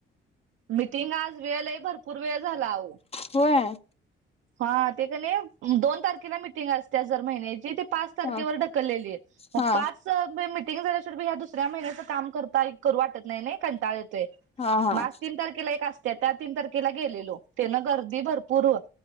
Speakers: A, on the right; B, on the left.
A: मिटिंग आज वेळ लय भरपूर वेळ झाला आओ
B: होय
A: हा ते कनी दोन तारखेला मिीटिंग असते. जर महिन्याची ते पाच तारेखेवर
B: हा
A: ढकलेली मग
B: हा
A: पाच ह्या दुसऱ्या महिन्याच काम करताय करू वाटत नाही नाही कंटाळ येतोय.
B: हा हा
A: म आज तीन तारखेला एक असत्या त्या तीन तारखेला गेलेलो तेन गर्दी भरपूर